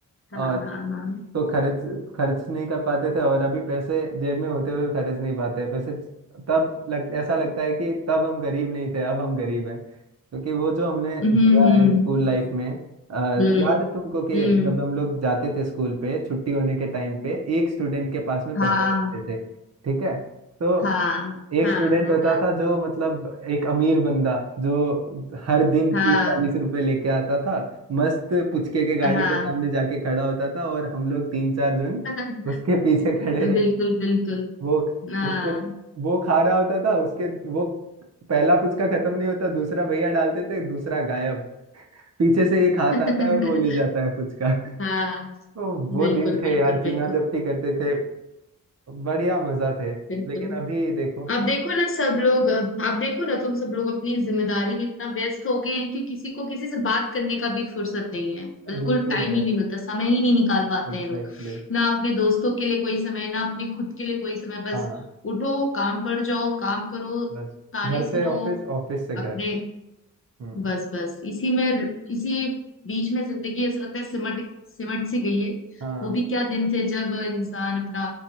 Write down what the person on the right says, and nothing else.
और
तो खर्च खर्च नहीं कर पाते थे और अभी पैसे जेब में होते हुए भी खर्च नहीं पाते पैसे तब लग ऐसा लगता है कि तब हम गरीब नहीं थे अब हम गरीब हैं क्योंकि वो जो हमने
दिया
है स्कूल लाइफ में अ, याद
है तुमको कि
जब हम लोग जाते थे स्कूल पे छुट्टी होने के टाइम पे एक स्टूडेंट के पास में
पैसे रहते थे ठीक है तो
एक
स्टूडेंट
होता था जो मतलब एक अमीर बंदा जो हर दिन
तीस चालीस रुपए लेके आता था मस्त पुचके के गाड़ी
के सामने जाके खड़ा होता था और हम लोग तीन चार जन
उसके पीछे खड़े रहे
वो
उसके वो खा रहा होता था उसके वो पहला पुचका खत्म नहीं होता दूसरा भैया डालते थे दूसरा गायब पीछे से एक हाथ
आता है और वो ले जाता है पुचका <laughs>
तो वो
दिन
थे यार
चीना जपटी करते थे बढ़िया मजा थे
लेकिन अभी देखो
बिल्कुल
यार
एग्जैक्टली
exactly.
हाँ
बस
घर से
ऑफिस ऑफिस से घर
हम्म
हाँ